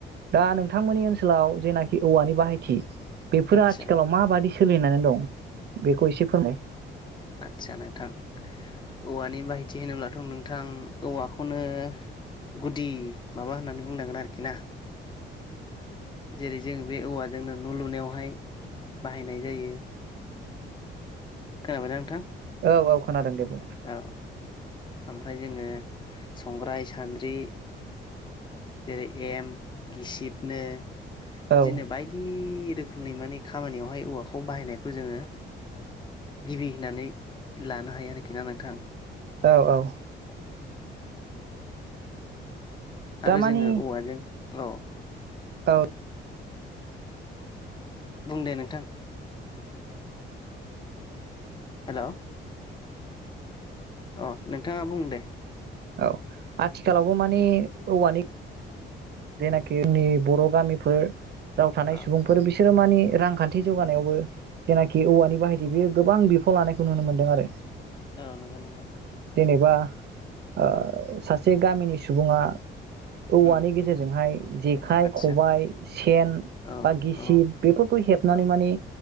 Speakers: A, on the right (about 55°); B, on the left (about 25°).
A: दा नोंथांमोननि ओनसोलाव जेनाखि औवानि बाहायथि बेफोरो
B: आदसा
A: आथिखालाव माबादि सोलिनानै दं बेखौ एसे फोरमाय
B: आदसा नोंथां औवानि बाहायथि होनोब्लाथ नोंथां औवाखौनो गुदि माबा होननानै बुंनांगोन आरोखि ना जेरै जोंङो बे औवाजोंनो न लुनायावहाय बाहायनाय जायो खोनाबायदा नोंथां
A: औ औ खोनादों दे बुं
B: औ ओमफ्राय जोङो संग्राय सान्द्रि जेरै एम गिसिबनो
A: औ
B: दिनो बायदि रोखोमनि मानि खामानियावहाय औवाखौ बाहायनायखौ जोङो गिबि होननानै लानो हायो आरोखि ना नोंथां
A: औ औ दामानि
B: आरो जोङो औवाजों औ
A: औ
B: बुं दे नोंथां हेलौ अ नोंथाङा बुं दे
A: औ आथिखालावबो माने औवानि जेनाखि जोंनि बर गामिफोर राव
B: औ
A: थानाय सुबुंफोर बिस सोरो मानि रांखान्थि जौगानायावबो जेनाखि औवानि बाहायथि बेयो गोबां बिफाव लानायखौ नुनो मोन्दों आरो
B: औ नंगौ नंगौ
A: जेनेबा ओ सासे गामिनि सुबुङा वौवानि
B: उम
A: गे जेरजोंहाय जेखाइ
B: आदसा
A: खबाइ सेन
B: औ
A: बा गिसिब
B: औ
A: बेफोरखौ हेबनानै
B: औ
A: माने